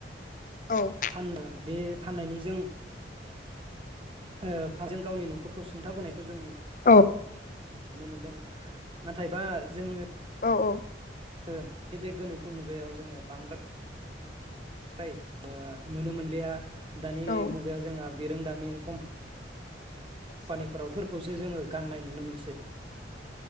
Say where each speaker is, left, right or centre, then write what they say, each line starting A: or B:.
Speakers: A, on the left; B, on the right.
A: औ
B: फाननो बे फाननायनि जों औ फारसेजों गावनि न'खरखौ सुंथाबोनायखौ जों नु
A: औ।
B: नुनो मोनदों नाथायबा जोङो
A: औ औ
B: नैबे गोनोखो मुगायाव जोङो बांद्राय ओ नुनो मोनलिया। दानि
A: औ
B: मुगायाव जोंहा बिरोंदामिनम कम्पानिफोरावफोरखौसो जोङो। गाननाय नुनो मोनसै।